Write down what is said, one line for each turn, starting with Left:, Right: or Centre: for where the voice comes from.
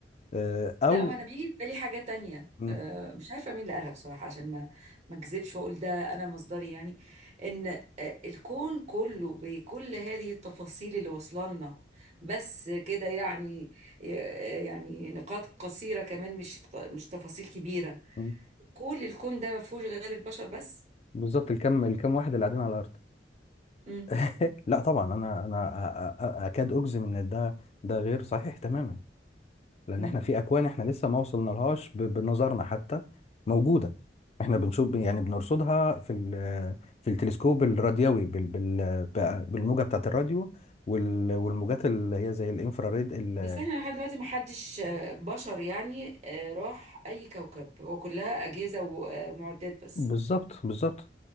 Left: آه، او
Right: لا وأنا بيجي في بالي حاجة تانية
Left: م-
Right: آه، مش عارفة مين اللي قالها بصراحة عشان ما ما أكذبش وأقول ده أنا مصدري يعني إن آه، الكون كله بكل هذه التفاصيل اللي وصلنا بس كده يعني آه، يعني نقاط قصيرة كمان مش مش تفاصيل كبيرة
Left: م-
Right: كل الكون ده ما فيهوش غير البشر بس
Left: بالظبط الكم الكم واحد اللي قاعدين على الارض
Right: امم
Left: <laughs> لا طبعا انا انا أ- أ- أ- اكاد اجزم ان ده ده غير صحيح تماما لان
Right: مم.
Left: احنا في اكوان احنا لسه ما وصلنا لهاش ب- بنظرنا حتى موجوده احنا بنشوف يعني بنرصدها في ال- في التلسكوب الراديوي بال- بال- ب- بالموجه بتاعه الراديو وال- والموجات اللي هي زي الانفراريد ال-
Right: بس احنا لحد دلوقتي ما حدش آه، بشر يعني آه، راح اي كوكب هو كلها اجهزه ومعدات بس
Left: بالظبط بالظبط